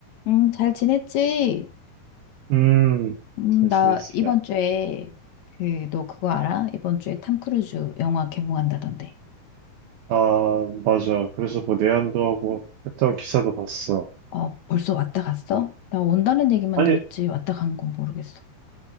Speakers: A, on the left; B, on the right.
A: 음, 잘 지냈지?
B: 음,
A: 음,
B: 잘
A: 나
B: 지냈어요.
A: 이번 주에 그, 너 그거 알아? 이번 주에 탐 크루즈 영화 개봉한다던데.
B: 아, 맞아. 그래서 뭐 내한도 하고 했던 기사도 봤어.
A: 어, 벌써 왔다 갔어? 나 온다는 얘기만
B: 아니,
A: 들었지 왔다 간 건 모르겠어.